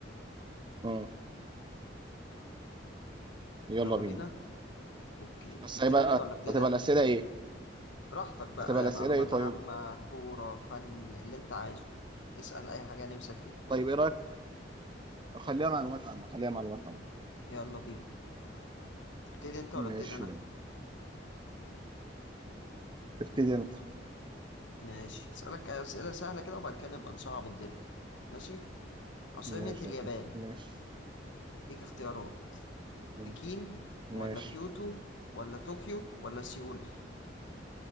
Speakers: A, on the right; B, on the left.
A: مم. يلا
B: يلا
A: بينا
B: بينا اوكي
A: بس
B: تبتدي
A: هيبقى
B: انت ولا ابتدي
A: هتبقى
B: انا
A: الأسئلة ايه
B: براحتك بقى
A: هتبقى الأسئلة
B: معلومات
A: ايه طيب
B: عامه كوره فن اللي انت عايزه اسأل اي حاجه نفسك فيها
A: طيب ايه رأيك خليها معلومات عامة خليها معلومات عامة
B: يلا بينا تبتدي انت ولا
A: ماشي
B: ابتدي انا
A: يلا. ابتدي انت
B: ماشي هسألك اسئله سهله كده وبعد كده نبقى نصعب الدنيا ماشي عاصمة
A: ماشي
B: اليابان
A: يا صاحبي ماشي
B: اديك اختيارات
A: مم،
B: بكين
A: ماشي
B: ولا كيوتو ولا طوكيو ولا سيول